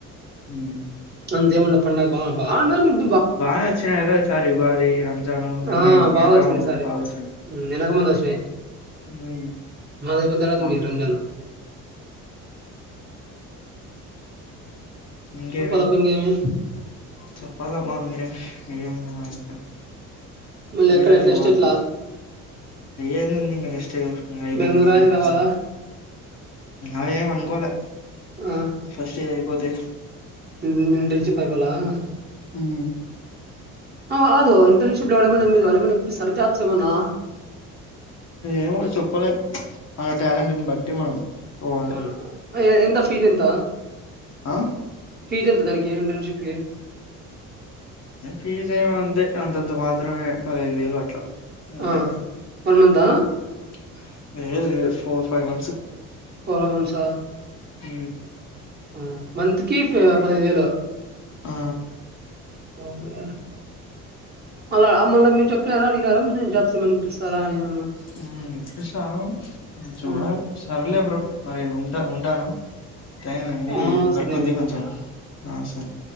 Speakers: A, on the left; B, on the right.
A: హ్మ్
B: అంతేముండ పండగ బా బావు <unintelligible>
A: బాగానే వచ్చినాయి కదా ఈ సారి ఉగాది రంజాను అన్నీ
B: ఆ!
A: వెనక
B: బాగొచ్చింది
A: ఉంది
B: ఈసారి.
A: బాగా వచ్చినయి
B: హ్మ్. ఎనక ముందు వచ్చినయి.
A: ఉమ్మ్
B: మాదయిపోయిన తర్వాత మీది రంజాన్.
A: ఇంకేమి
B: చెప్పాలప్ప ఇంకేమి
A: తు ప్పాలప్పా మీరే ఏముందో మా <unintelligible>
B: మళ్ళీ
A: ఈ
B: ఎక్కడ
A: లక్షు
B: నెక్స్ట్
A: బాగుంది
B: ఎట్లా
A: ఏందుందింగ నెక్స్ట్ మ్మ్ అయిపోయింది
B: బెంగుళూరా,
A: ఈ టూ
B: హైదరాబాదా?
A: మంత్స్ అవేం అనుకోలే
B: ఆ!
A: ఫస్ట్ ఇది అయిపో టే
B: <unintelligible>
A: హ్మ్
B: ఆ ఆదో ఇంటర్న్షిప్ లో కూడా <unintelligible> వాళ్లేమన్నా ఇప్పిస్తారా జాబ్స్ తెమన్నా
A: ఏమో చెప్పలేం మన టాలెంట్ ని బట్టి మనం పోవాలి
B: అవునా ఆ ఏ ఎంత ఫీజ్ ఎంత
A: ఆ
B: ఫీజ్ ఎంత దానికి ఇంటర్న్షిప్ కి
A: ఫీస్ ఏం అంతే అంతంత మాత్రమే పదైదు వేలు అట్లా అంతే
B: ఆ వన్ మంతా
A: లేదు <unintelligible> ఫోర్ ఫైవ్ మంత్స్
B: పోరోమెన్సా
A: హ్మ్
B: ఆ మంత్ కి ఫి- పదహైదు వేలు
A: ఆ
B: ఓ అమ్మయ్యా అలా మళ్ళ మీ చెప్నారా అడిగినారా మి జాజ్స్ ఏమన్నా ఇప్పిస్తారా అని ఏమన్నా
A: హ్మ్ చూసాం హ్మ్. చూడాలి
B: ఊ
A: సరేలే బ్రో మరి ఉంట ఉంటాను టైం అయ్యిది
B: ఆ,
A: వర్క్
B: సరే
A: ఉంది
B: బ్రో
A: కొంచెం ఆ సరే